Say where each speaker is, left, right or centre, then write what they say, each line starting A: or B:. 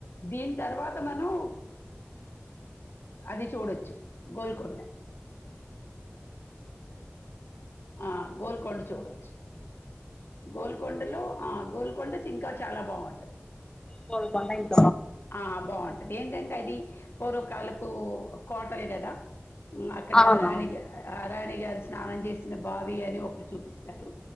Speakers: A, on the left (about 60°); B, on the left (about 15°).
A: దీన్ తర్వాత మనం అది చూడొచ్చు గోల్కొండ ఆ, గోల్కొండ చూడొచ్చు గోల్కొండలో ఆ గోల్కొండ చింక చాలా బాగుంటది.
B: గోల్కొండ ఇది
A: ఆ బాగుంటది ఏంటంటే అది పూర్వకాలపు కోటల్ గదా మ్మ్ అక్కడ
B: అవునవును
A: రాణి గా ఆ రాణి గారు స్నానం చేసిన బావి అని ఒకటి చూపిస్తరు.